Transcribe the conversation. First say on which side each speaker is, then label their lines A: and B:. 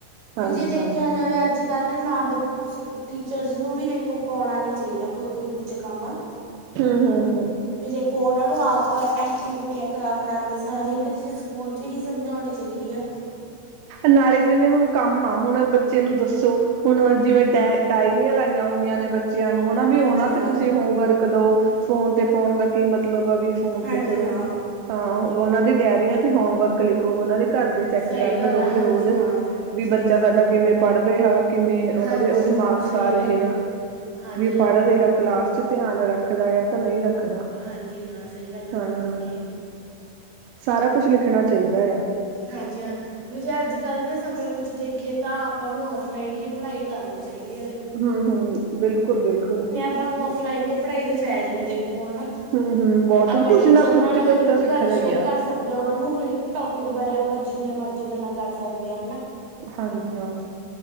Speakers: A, on the right; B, on the right.
A: ਹਾਂਜੀ
B: ਵੀ ਜੇ ਦੇਖਿਆ
A: ਹਾਂ,
B: ਜਾਵੇ ਅੱਜ- ਕੱਲ ਨਾ ਬ ਟੀਚਰਸ ਨੂੰ ਵੀ ਦੇਖੋ, ਪਾਉਣਾ ਨੀ ਚਾਹੀਦਾ। ਕੋਈ ਗਰੁੱਪ ਚ ਕੰਮ-
A: ਹੂੰ -ਹੂੰ
B: ਵੀ ਦੇਖੋ, ਉਹਨਾਂ ਨੂੰ ਆਪ ਐਕਟੀਵਿ- ਵੀਆਂ ਕਰਾ -ਕਰਾ ਕੇ, ਹਰ ਇੱਕ ਚੀਜ਼ ਸਕੂਲ ਚ ਹੀ ਸਮਝਾਉਣੀ ਚਾਹੀਦੀ ਏ।
A: ਨਾਲੇ ਜਿਵੇਂ ਹੁਣ ਕੰਮ ਆ, ਹੁਣ ਬੱਚੇ ਨੂੰ ਦੱਸੋ, ਹੁਣ ਜਿਵੇਂ ਡਾਇ ਡਾਇਰੀਆਂ ਲਾਈਆਂ ਹੋਈਆਂ ਨੇ, ਬ- ਚਿਆਂ ਨੂੰ ਨਾ ਵੀ,
B: ਹਾਂਜੀ
A: ਉਹਨਾਂ
B: ਹਾਂ
A: ਤੇ ਤੁਸੀਂ ਹੋਮਵਰਕ ਦੋ, ਫੋਨ ਤੇ ਪਾਉਣ ਦਾ, ਕੀ ਮਤਲਬ ਆ, ਵੀ ਫੋਨ
B: ਹਾਂਜੀ
A: ਤੇ ਚਲੋ।
B: ਹਾਂ
A: ਹਾਂ। ਉਹਨਾਂ ਦੀ ਡਾਇਅਰੀਆਂ ਤੇ ਹੋਮਵਰਕ ਲਿਖੋ, ਉਹਨਾਂ ਦੇ ਘਰ ਦੇ ਚੈੱਕ
B: ਸਹੀ
A: ਕਰਲੇ
B: ਗੱਲ
A: ਣ। ਰੋਜ਼
B: ਹੈ ਹਾਂਜੀ
A: -ਰੋਜ਼
B: ਹਾਂ ਮੈਡਮ
A: ਵੀ
B: ਸਹੀ
A: ਬੱਚਾ
B: ਗੱਲ
A: ਸਾਡਾ
B: ਹੈ
A: ਕਿਵੇਂ ਪੜ੍ਹ ਰਿਹਾ, ਕਿਵੇਂ ਉਹਨਾਂ
B: ਹਾਂਜੀ
A: ਦੇ ਉਹਦੇ
B: ਹਾਂ
A: ਮਾਰਕਸ
B: ਸਹੀ
A: ਆ ਰਹੇ
B: ਗੱਲ ਹੈ
A: ਆ।
B: ਹਾਂਜੀ
A: ਵੀ
B: ਹਾਂ
A: ਪੜ੍ਹ ਰਿਹਾ, ਕਲਾਸ ਚ ਧਿਆਨ ਰੱਖਦਾ ਆ। ਤਾਂ ਨਹੀਂ ਰੱਖਦਾ।
B: ਹਾਂਜੀ ਹਾਂ ਸਹੀ ਗੱਲ ਹੈ
A: ਹਾਂ
B: ਮੈਡਮ
A: -ਹਾਂ
B: ਤੁਹਾਡੀ
A: ਸਾਰਾ ਕੁਛ, ਲਿਖਣਾ ਚਾਹੀਦਾ ਆ।
B: ਹਾਂਜੀ ਹਾਂ। ਵੀ ਜੇ ਅੱਜ ਕੱਲ ਦੇ ਸਮੇਿਆਂ ਵਿੱਚ ਦੇਖੀਏ ਤਾਂ, ਆਪਾਂ ਨੂੰ ਔਫਲਾਈਨ ਹੀ ਪੜ੍ਹਾਈ ਕਰਨੀ ਚਾਹੀਦੀ ਏ।
A: ਹੂੰ-ਹੂੰ ਬਿਲਕੁਲ ਬਿਲਕੁਲ।
B: ਤੁਹਾਨੂੰ ਔਫਲਾਈਨ ਦੇ, ਪੜ੍ਹਾਈ ਦੇ ਫਾਇਦੇ ਨੇ, ਦੇਖੋ ਔਨਾ।
A: ਹੂੰ ਹੂੰ ਬਹੁਤ
B: ਆਪਾਂ
A: ਕੁਛ
B: ਟੀਚਰ
A: ਨਾ ਕੁਛ
B: ਨਾਲ,
A: ਬੱਚਾ
B: ਹਰ ਇੱਕ
A: ਸਿੱਖਦਾ
B: ਗੱਲ
A: ਹੀ
B: ਸ਼ੇਅਰ
A: ਆ।
B: ਕਰ ਸਕ। ਦ ਉਹਨਾਂ ਨੂੰ ਹਰਿਕ ਟੋਪਿਕ ਬਾਰੇ, ਆਪਾਂ ਜਿੰਨੀਆਂ ਮਰਜ਼ੀ ਗੱਲਾਂ ਕਰ ਸਕਦੇ ਹਾਂ ਹੈਨਾ।
A: ਹਾਂਜੀ ਹਾਂ।